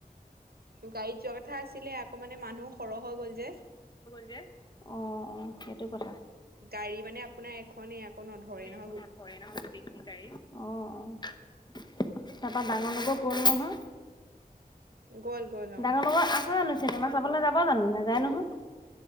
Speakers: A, on the right; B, on the left.
A: গাড়ীত যোৱা কথা আছিলে, আকৌ মানে মানুহ সৰহ হৈ গ'ল যে।
B: অ', অ', সেইটো কথা।
A: গাড়ী মানে আপোনাৰ এখনে আকৌ, নধৰে নহ
B: নধৰে নহয় গোটেইখিনি গাড়ীত। অ', অ'। তাৰপা
A: সেইটো
B: ডাঙৰ নবৌ
A: কথা।
B: গ'ল নহয়?
A: গ'ল গ'ল অ
B: ডাঙৰ নবৌ আছে জানো? চিনেমা চাবলে যাব জানো, নাযায় নহয়?